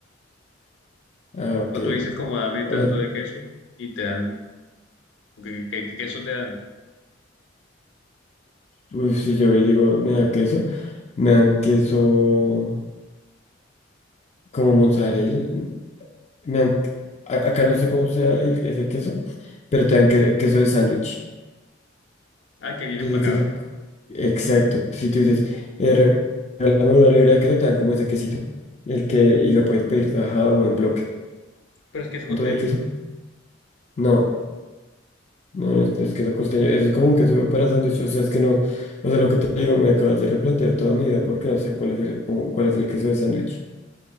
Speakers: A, on the left; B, on the left.
A: ah, ok.
B: O tú dices, como dame
A: O
B: tanto
A: sea,
B: de queso y te dan, ¿qué, qué- qué queso te dan?
A: uf, si yo hoy digo, me da queso, me dan queso como mozzarella. Me dan, a- acá no sé cómo sea el, ese queso, pero te dan que- queso de sándwich.
B: Ah, que viene
A: Desde
B: empacado,
A: que se- Exacto. Si tú dices, eh, re- regálame una libra de queso, te dan como ese quesito. El que... Y lo puedes pedir tajado o en bloque.
B: pero es queso
A: ¿Cuánto
B: costeño.
A: de queso? No. No, no es, no es queso costeño. Eso es como un queso para sándwich. O sea, es que no. O sea, lo que te digo, me acabas de replantear toda mi vida porque no sé cuál es el, como, cuál es el queso de sándwich.